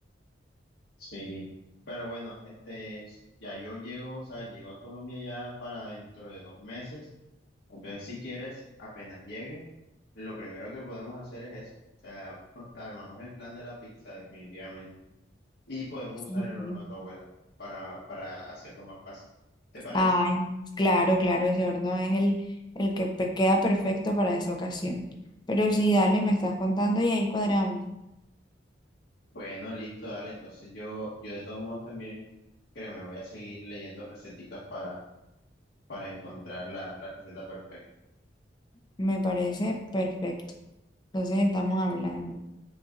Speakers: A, on the left; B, on the left.
A: Sí, pero bueno, este, ya yo llego, o sea, llego a Colombia ya para dentro de dos meses. Entonces, si quieres, apenas llegue, lo primero que podemos hacer es eso. O sea, <laughs> armamos el plan de la pizza definitivamente y podemos usar
B: Ujú.
A: el horno de tu abuela para, para hacerlo más fácil. ¿Te parece?
B: Ay, claro, claro, ese horno es el, el que pe- queda perfecto para esa ocasión. Pero sí, dale, me estás contando y ahí cuadramos.
A: Bueno, listo, dale. Entonces yo, yo de todos modos también, créeme, voy a seguir leyendo receticas para, para encontrar la, la receta perfecta.
B: Me parece perfecto. Entonces estamos hablando.